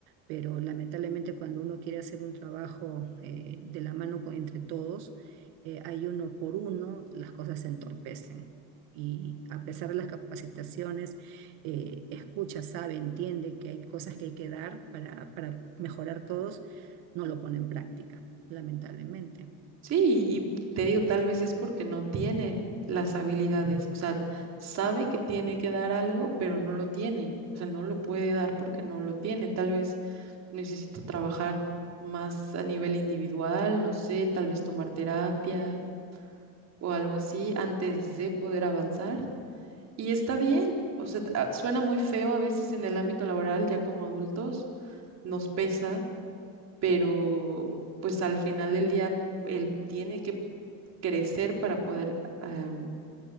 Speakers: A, on the right; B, on the right.
A: pero lamentablemente cuando uno quiere hacer un trabajo eh, de la mano con- entre todos, eh, hay uno por uno, las cosas se entorpecen. Y a pesar de las capacitaciones, eh, escucha, sabe, entiende que hay cosas que hay que dar para, para mejorar todos, no lo pone en práctica, lamentablemente.
B: Sí, y te digo, tal vez es porque no tiene las habilidades, o sea, sabe que tiene que dar algo, pero no lo tiene, o sea, no lo puede dar porque no lo tiene, tal vez necesita trabajar más a nivel individual, no sé, tal vez tomar terapia o algo así antes de poder avanzar. Y está bien, o sea, a- suena muy feo a veces en el ámbito laboral, ya como adultos, nos pesa, pero pues al final del día él tiene que crecer para poder um,